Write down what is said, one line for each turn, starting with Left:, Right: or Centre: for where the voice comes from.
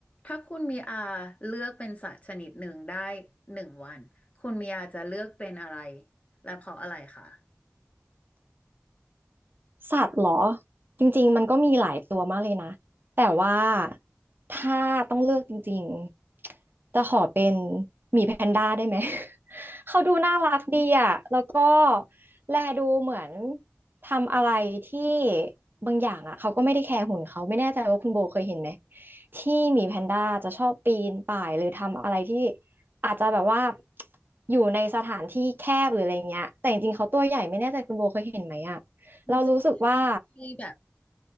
Left: ถ้าคุณมีอาเลือกเป็นสัตว์ชนิดหนึ่งได้หนึ่งวันคุณมีอาจะเลือกเป็นอะไรและเพราะอะไรคะ
Right: สัตว์เหรอจริงๆมันก็มีหลายตัวมากเลยนะแต่ว่าถ้าต้องเลือกจริงๆจะขอเป็นหมีแพนด้าได้ไหม <laughs> เขาดูน่ารักดีอ่ะแล้วก็แลดูเหมือนทำอะไรที่บางอย่างอ่ะเขาก็ไม่ได้แคร์หุ่นเขาไม่แน่ใจว่าคุณโบเคยเห็นไหมที่หมีแพนด้าจะชอบปีนป่ายหรือทำอะไรที่อาจจะแบบว่าอยู่ในสถานที่แคบหรืออะไรเงี้ยแต่จริงๆเขาตัวใหญ่ไม่แน่ใจคุณโบเคยเห็นไหมอ่ะ
Left: มันจะมีช่องที่แบบ
Right: เรารู้สึกว่า